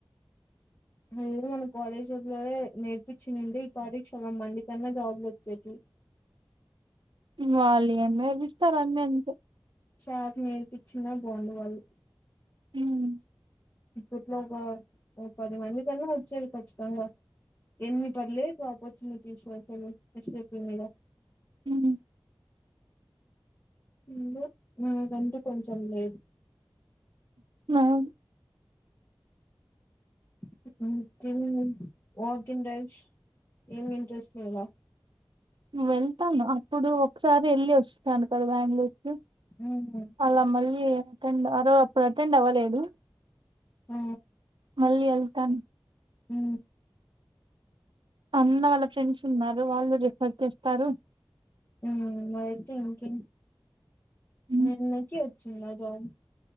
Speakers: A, on the left (about 30°); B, on the right (about 70°).
A: అదేదో మన కాలేజ్ రూంలోనే నేర్పు ఇపచ్చి నుండే ఈ వారి చాలా మంది కన్నా జాబులు వచ్చాయి
B: వాళ్ళేమి నేర్పిస్తారు అన్నీ అంతే
A: చాక్ నేర్పించిన బాండ్ వాళ్ళు
B: మ్మ్.
A: ఇప్పట్లో ఒకఓ పది మంది కన్నా వచ్చాది ఖచ్చితంగా ఎన్ని పర్లే కాపో చిన్న <unintelligible> మీద
B: ఊమ్
A: ఇల్లు నాకంటూ కొంచం లేదు.
B: మ్మ్.
A: <unintelligible> తినను వాకి ఇన్ డ్రైవ్స్
B: అవును.
A: ఏం ఇంట్రెస్ట్లా
B: వెళ్తాను అప్పుడు ఒక్కసారి వెళ్ళి వస్తాను కదా బెంగళూరు
A: మ్మ్
B: అలామల్లి <unintelligible> అటెండ్ అరో అప్పుడు అటెండ్ అవ్వలేదు
A: ఆ
B: మళ్ళీ వెల్తాను
A: ఊ
B: అన్న వాళ్ళ ఫ్రెండ్స్ ఉన్నారు వాళ్ళు రిఫర్ చేస్తారు
A: ఊ అయితే ఇంకేం
B: హ్మ్
A: మీ అన్నకు వచ్చిందా జాబ్